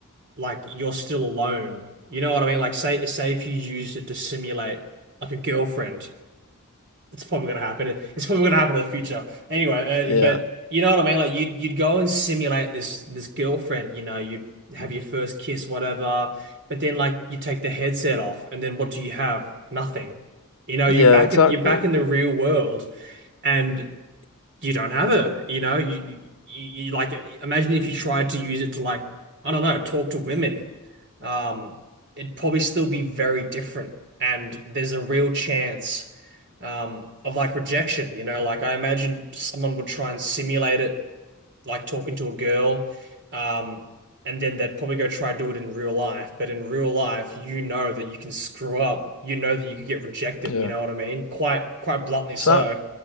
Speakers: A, on the right; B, on the left.
A: like you're still alone. You know what I mean? Like say say if you used it to simulate like a girlfriend, it's probably gonna happen. It's probably gonna happen in the future. Anyway,
B: Yeah,
A: uh, but you know what I mean? Like you'd you'd go and simulate this this girlfriend. You know, you'd have your first kiss, whatever. But then like you take the headset off, and then what do you have? Nothing. You know,
B: Yeah,
A: you're back
B: exactly.
A: in you're back in the real world and you don't have her. You know, you, you you like imagine if you tried to use it to like I don't know, talk to women. Um, it'd probably still be very different, and there's a real chance um of like rejection. You know, like I imagine someone would try and simulate it, like talking to a girl, um. And then they'd probably go try to do it in real life. But in real life, you know that you can screw up. You know that you could get rejected.
B: Yeah.
A: You know what I mean? Quite, quite bluntly
B: So
A: so.